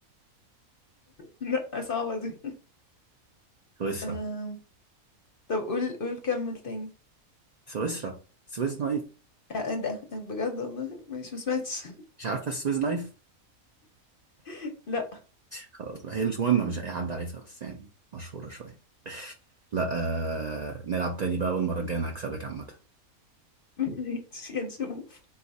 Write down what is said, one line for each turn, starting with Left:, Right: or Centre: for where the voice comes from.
Left: لا صعبة دي
Right: سويسرا
Left: آم، طب قول قول كمل تاني
Right: سويسرا سويس نايف
Left: آه، ايه ده بجد والله ماشي ما سمعتش
Right: مش عارفة السويس نايف
Left: <laughs> لا
Right: خلاص بقى هي مش مهمة مش أي حد عارفها بس يعني مشهورة شوية لا آه... نلعب تاني بقى والمرة الجاية أنا هكسبك عامة
Left: ماشي هنشوف